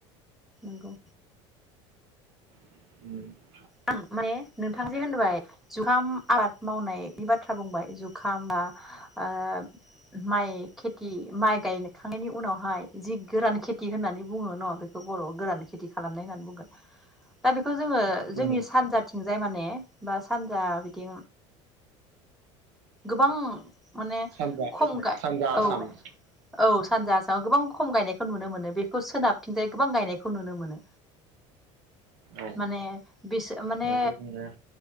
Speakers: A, in the centre; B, on the right.
A: नंगौ।
B: <unintelligible>
A: आं माने नोंथां जे होनबाय। जुखाम आबाद मावनायनि बाथ्रा बुंबाय जुखामा ओ माइ खेथि माइ गायनो खांनायनि उनावहाय जि गोरान खेथि होननानै बुङो न' बेखौ बर' गोरान खेथि खालामनाय होननानै दा बेखौ जोङो
B: उम
A: जोंनि सानजाथिं जाय माने बा सानजा बिदि गोबां माने
B: सानजा
A: खम गाय
B: सानजा
A: औ
B: आसाम
A: औ सानजा आसामाव गोबां खम गायनाय खौ नुनो मोनो बेखौ सोनाबथिंजाय गोबां गायनायखौ नुनो मोनो।
B: औ
A: माने बिस माने
B: नंगौ बुंनाया